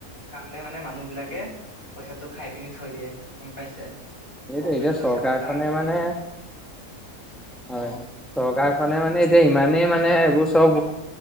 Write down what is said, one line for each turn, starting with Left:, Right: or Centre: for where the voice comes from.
Left: কালে মানে মানুহ বিলাকে পইচাটো খাই পিনি থৈ দিয়ে গম পাইছে
Centre: সেইটোৱে
Left: প্ৰব্লেমটো
Centre: এতিয়া
Left: হৈছে
Centre: চৰকাৰখনে
Left: আমাৰ তাত
Centre: মানে
Left: অ
Centre: হয় চকাৰখনে মানে এতিয়া ইমানেই মানে এইবোৰ চব